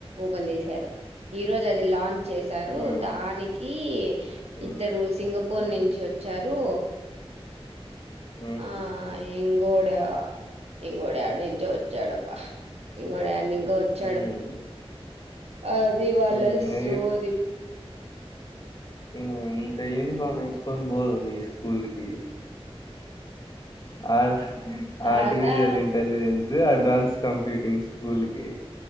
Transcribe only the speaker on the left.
హ్మ్.
హ్మ్.
హ్మ్.
హ్మ్.
హ్మ్.
హ్మ్. ఇంగ
ఇం ఇంక యూనిఫాం ఎసుకోని బో మీ స్కూల్కి ఆర్ట్ ఆర్టిఫిషియల్
ఇంటెలిజెన్స్ రన్స్ కంప్యూటింగ్ స్కూల్కి